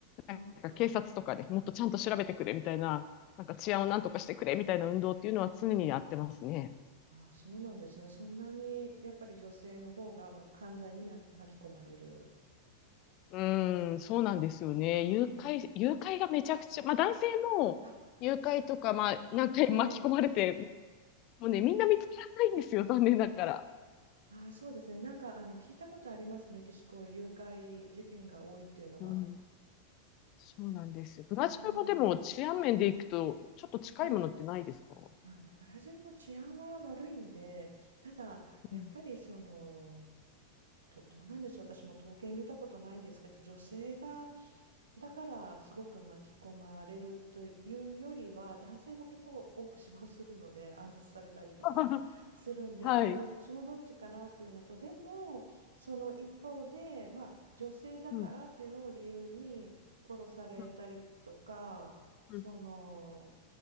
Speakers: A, on the left; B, on the right.
A: なんか警察とかね、
B: ああ、
A: もっとちゃんと調べてくれみたいな、なんか治安をなんとかしてくれみたいな運動っていうのは常にやってますね。
B: ああ、そうなんですね。そんなにやっぱり女性の方がま犯罪に巻き巻き込まれる。
A: うーん、そうなんですよね。
B: あ
A: 誘拐、誘拐がめちゃくちゃ、まあ男性も誘拐とか、
B: あ、あ、そう、
A: まあ何回巻き込まれて
B: ええ。
A: もうね、みんな見つからないんですよ、残念ながら。
B: ああ、そうですね。なんか、あの、聞いたことあります。メキシコ、誘拐事件が多いっていうのは。
A: うん。そうなんです。ブラジルもでも治安面でいくと、
B: ああ、
A: ちょっと近いものってないですかう
B: まあ、まあ、ブラジルも治安は悪いんで、ただ、
A: ん。
B: やっぱり、その、ど、どうなんでしょう。私も統計見たことないんですけど、女性がだからすごく巻き込まれるというよりは男性も結構多く死亡するので <laughs> 暗殺されたりとかするんで、
A: <laughs> はい。
B: まあ、どっちもどっちかなっていうのとでもその一方で、まあ、女性だからっていうのを理由に殺されたりとかその
A: うん。うん。うん。